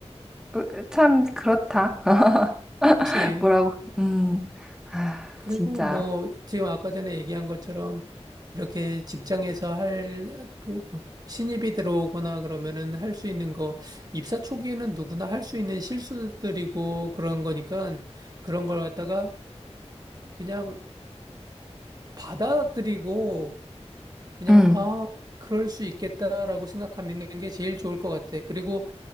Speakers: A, in the centre; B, on the right.
A: 으, 참 그렇다.
B: 그렇지.
A: <laughs> 뭐라고? 음, 아,
B: 그리고
A: 진짜.
B: 뭐 지금 아까 전에 얘기한 것처럼 이렇게 직장에서 할그 신입이 들어오거나 그러면은 할 수 있는 거 입사 초기에는 누구나 할 수 있는 실수들이고 그런 거니까 그런 걸 갖다가 그냥 받아들이고 그냥,
A: 음,
B: 아, 그럴 수 있겠다라고 생각하는 게 제일 좋을 것 같아. 그리고